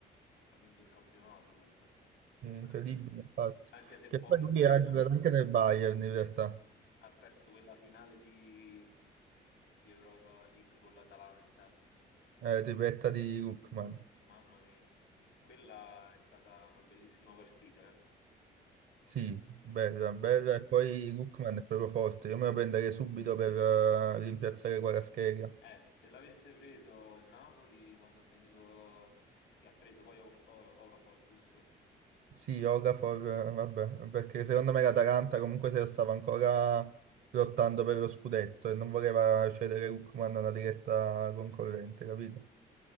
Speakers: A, on the left (about 90°); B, on the right (about 65°).
A: Ha vinto il campionato comunque.
B: Sì, incredibile,
A: Mm.
B: infatti.
A: Anche se
B: Che
A: poi
B: poi lui
A: ha perso,
B: ha giocato
A: que-
B: anche nel Bayern, in realtà,
A: ha perso quella finale di, di Europa League con l'Atalanta.
B: eh, tripletta di Lookman.
A: Mamma mia, quella è stata una bellissima partita. Eh,
B: Sì, Berra, Berra e poi Lookman è proprio forte. Io me lo prenderei subito per eh, rimpiazzare Kvaratskhelia.
A: Eh, se l'avesse preso il Napoli quando ha venduto, che ha preso poi O- O- Okafor, giusto?
B: Sì, Okafor, eh, vabbè, perché secondo me l'Atalanta comunque se lo stava ancora lottando per lo scudetto e non voleva cedere Lookman a una diretta concorrente, capito?